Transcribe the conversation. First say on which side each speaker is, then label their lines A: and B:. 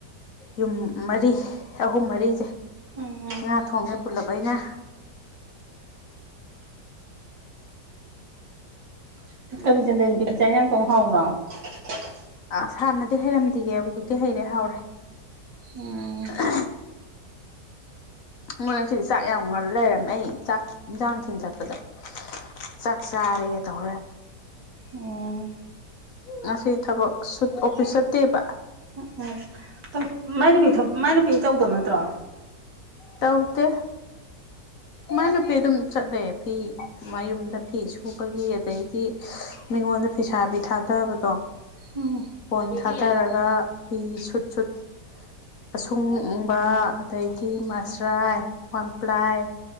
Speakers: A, on the left; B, on the right.
A: ꯌꯨꯝ ꯃꯔꯤ ꯑꯍꯨꯝ ꯃꯔꯤꯁꯦ
B: ꯎꯝ
A: ꯉꯥ ꯊꯣꯡꯉꯦ ꯄꯨꯂꯞ ꯑꯩꯅꯥ
B: ꯂꯧꯁꯤꯟꯕ ꯉꯝꯗꯕ ꯆꯟꯗꯩ ꯅꯨꯄꯤꯗꯣ ꯆꯥꯛ ꯏꯟꯖꯥꯡ ꯊꯣꯡ ꯍꯥꯎꯕ꯭ꯔꯣ <unintelligible>
A: ꯑ ꯍꯥꯟꯅꯗꯤ ꯍꯩꯔꯝꯗꯤꯌꯦ ꯍꯧꯖꯤꯛꯇꯤ ꯍꯩꯔꯦ ꯍꯥꯎꯔꯦ
B: ꯎꯝ
A: ꯃꯣꯏꯁꯤꯗꯤ ꯆꯥꯛ ꯌꯥꯝ ꯂꯩꯔꯝꯃꯦ ꯑꯩ ꯆꯥꯛ ꯏꯟꯖꯥꯡ ꯊꯤꯟ ꯆꯠꯄꯗ ꯆꯥꯛ ꯆꯥꯔꯦꯒ ꯇꯧꯔꯦ
B: ꯎꯝ
A: ꯉꯁꯤ ꯊꯕꯛ ꯑꯣꯐꯤꯁ ꯆꯠꯇꯦꯕ
B: ꯎꯝ ꯃꯥꯏ ꯅꯨꯨꯄꯤ ꯃꯥꯏ ꯅꯨꯨꯄꯤ ꯇꯧꯗꯕ ꯅꯠꯇ꯭ꯔꯣ
A: ꯇꯧꯗꯦ ꯃꯥꯏ ꯅꯨꯄꯤ ꯑꯗꯨꯝ ꯆꯠꯂꯦ ꯐꯤ ꯃꯌꯨꯝꯗ ꯐꯤ ꯁꯨꯕꯒꯤ ꯑꯗꯩꯗꯤ ꯃꯤꯉꯣꯟꯗ ꯐꯤꯁꯥꯕꯤ ꯊꯥꯗꯕꯗꯣ
B: ꯎꯝ
A: ꯀꯣꯟ ꯊꯥꯗꯔꯒ ꯐꯤ ꯁꯨꯠ ꯁꯨꯠ ꯑꯁꯨꯡꯕ ꯑꯗꯩꯗꯤ ꯃꯥ ꯑꯁ꯭ꯔꯥꯏ ꯋꯥꯟꯄ꯭ꯂꯥꯏ